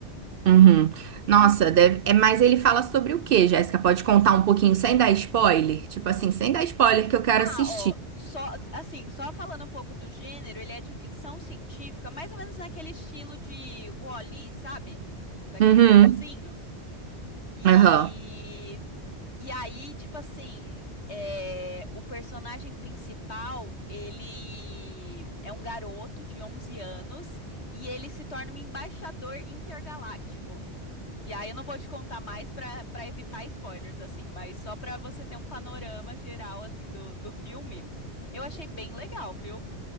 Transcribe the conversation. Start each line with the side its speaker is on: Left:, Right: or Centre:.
Right: Uhum. Nossa, deve... é, mas ele fala sobre o quê, Jéssica? Pode contar um pouquinho sem dar spoiler? Tipo assim, sem dar spoiler que eu quero
Left: Ah,
Right: assistir.
Left: ó, só assim, só falando um pouco do gênero, ele é de ficção científica, mais ou menos naquele estilo de Wall-E, sabe? Daquele
Right: Uhum.
Left: robozinho. E
Right: Aham.
Left: e aí, tipo assim, é, o personagem principal, ele é um garoto de 11 anos e ele se torna um embaixador intergaláctico. E aí eu não vou te contar mais pra para evitar spoilers, assim, mas só pra você ter um panorama geral, assim, do, do filme, eu achei bem legal, viu?